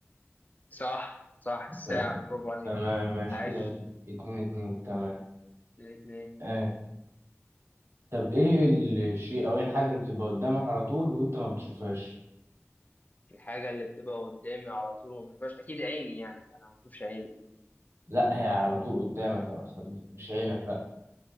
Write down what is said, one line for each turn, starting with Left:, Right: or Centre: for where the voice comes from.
Left: صح صح الساعة
Right: آه،
Left: برافو عليك
Right: تمام ماشي
Left: عاش
Right: كده اتنين اتنين تمام
Left: اتنين اتنين
Right: آه، طب ايه الشيء او ايه الحاجة اللي بتبقى قدامك على طول وانت ما بتشوفهاش
Left: الحاجة اللي بتبقى قدامي على طول ما بشوفهاش أكيد عيني يعني أنا ما بشوفش عيني
Right: لا هي على طول قدامك يا أسطى، مش عينك لا